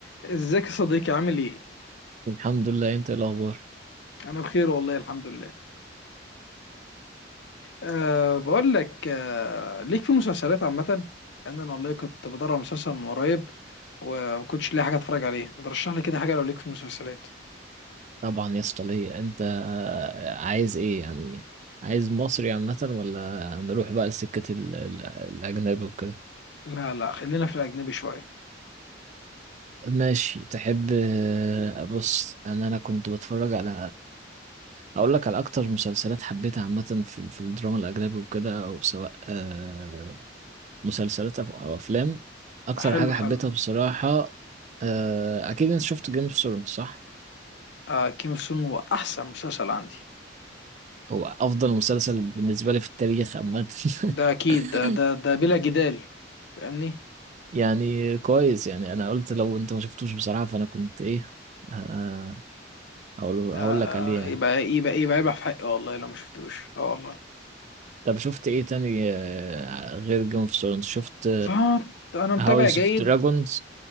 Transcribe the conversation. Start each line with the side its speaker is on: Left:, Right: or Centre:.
Left: ازيك يا صديقي عامل ايه؟
Right: الحمد لله انت ايه الاخبار
Left: انا بخير والله الحمد لله. أه بقول لك أه ليك في المسلسلات عامة؟ لان انا والله كنت بدور على مسلسل من قريب وما كنتش لاقي حاجة اتفرج عليه. ما ترشح لي كده حاجة لو ليك في المسلسلات.
Right: طبعا يا اسطى ليا انت عايز ايه يعني عايز مصري عامة ولا نروح بقى لسكة ال- ال- الأجنبي وكده
Left: لا لا خلينا في الاجنبي شوية.
Right: ماشي تحب بص أنا أنا كنت بتفرج على أقول لك على أكتر مسلسلات حبيتها عامة في في الدراما الأجنبي وكده أو سواء آه، مسلسلات أو أو أفلام أكتر
Left: حلو
Right: حاجة حبيتها
Left: حلو.
Right: بصراحة آه، أكيد أنت شفت جيم اوف ثرونز صح؟
Left: أه كيم اوف سون هو احسن مسلسل عندي.
Right: هو أفضل مسلسل بالنسبة لي في التاريخ عامة
Left: ده اكيد
Right: <laughs>
Left: ده ده ده بلا جدال فاهمني؟
Right: يعني كويس يعني انا قلت لو انت ما شفتوش بصراحة فانا كنت ايه آه، هقول
Left: آه
Right: هقول لك عليه يعني
Left: يبقى يبقى يبقى يبقى في حقي والله لو ما شفتوش. اه والله.
Right: طب شفت ايه تاني آه، غير جيم اوف ثرونز شفت
Left: فانا انا متابع
Right: هاوس
Left: جيد
Right: اوف دراجونز